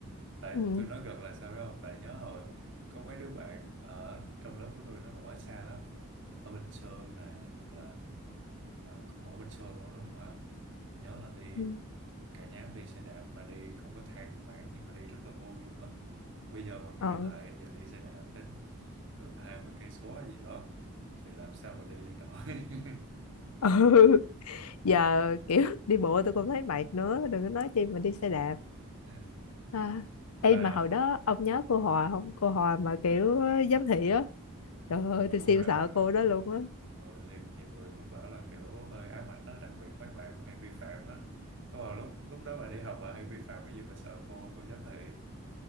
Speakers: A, on the right; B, on the left.
A: tại
B: ừ
A: tôi nói gần là sao biết không tại nhớ hồi có mấy đứa bạn ở trong lớp của tôi nó còn ở xa lắm ở Bình Sơn nè hoặc là à, cũng ở Bình Sơn luôn đúng không ạ nhớ là đi
B: ừ
A: cả nhóm đi xe đạp mà đi không có than vãn nhưng mà đi rất là vui luôn á bây giờ mà
B: ờ
A: nghĩ lại giờ đi xe đạp đến gần 20 cây số hay gì đó thì làm sao mà đi cho nổi <laughs>
B: ừ. <laughs> giờ kiểu đi bộ tôi cũng thấy mệt nữa đừng có nói chi mình đi xe đạp
A: Ừ.
B: À, ê
A: mà
B: mà hồi đó ông nhớ cô Hòa không? Cô Hòa mà kiểu ờ, giám thị á. Trời
A: ừ,
B: ơi, tôi
A: cô
B: siêu
A: Hà
B: sợ cô đó luôn á.
A: Ừ, thì nhiều người cũng bảo là kiểu hơi ám ảnh á, đặc biệt mấy bạn mà hay vi phạm á. Có hồi lúc lúc đó bà đi học bà hay vi phạm cái gì mà sợ cô cô giám thị.